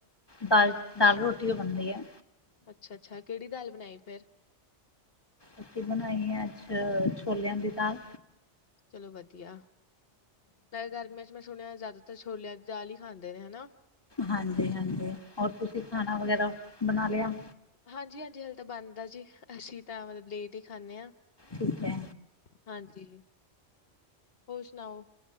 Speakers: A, on the left; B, on the left.
A: ਦਾਲ-ਦਾਲ, ਰੋਟੀ ਓ ਬਣਦੀ ਐ।
B: ਅੱਛਾ-ਅੱਛਾ‌। ਕਿਹੜੀ ਦਾਲ ਬਣਾਈ ਫੇਰ?
A: ਅਸੀਂ ਬਣਾਈ ਐ ਅੱਜ ਛੋਲਿਆਂ ਦੀ ਦਾਲ।
B: ਚਲੋ ਵਧੀਆ। ਵੈਸੇ ਗਰਮੀਆਂ ਚ ਮੈਂ ਸੁਣਿਆ ਜ਼ਿਆਦਾਤਰ ਛੋਲਿਆਂ ਦੀ ਦਾਲ ਈ ਖਾਂਦੇ ਨੇ ਹਨਾ।
A: ਹਾਂਜੀ-ਹਾਂਜੀ। ਹੋਰ ਤੁਸੀਂ ਖਾਣਾ ਵਗੈਰਾ ਬਣਾ ਲਿਆ?
B: ਹਾਂਜੀ-ਹਾਂਜੀ ਹਾਲੇ ਤਾਂ ਬਣਦਾ ਜੀ। ਅਸੀਂ ਤਾਂ ਮਤਲਬ ਲੇਟ ਈ ਖਾਂਨੇ ਆ।
A: ਠੀਕ ਐ।
B: ਹਾਂਜੀ। ਹੋਰ ਸੁਣਾਓ,